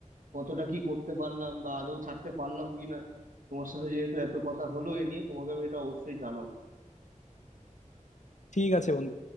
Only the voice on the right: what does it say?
কতটা কি করতে পারলাম বা আদৌ ছাড়তে পারলাম কিনা তোমার সাথে যেহেতু এত কথা হলো এ নিয়ে তোমাকে আমি এটা অবশ্যই জানাবো